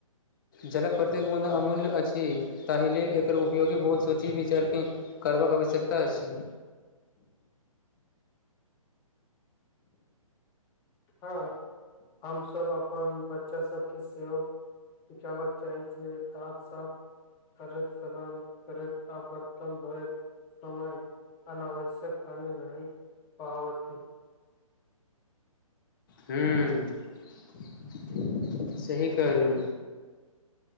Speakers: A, on the left; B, on the left.
A: जलक प्रत्येक बुद अमूल्य अछि ताहि लेल एकर उपयोगी बहुत सोची विचार की करबाक आवश्यकता अछि
B: हँ <inaudible> हम सभ अपन बच्चा सब केँ सेहो सिखाबा चाही जे दंत साफ करते <unintelligible> करैत आ बर्तन धोऐत समय अनावश्यक पानी नहीं वहावथी
A: हू <unintelligible> सही कहलु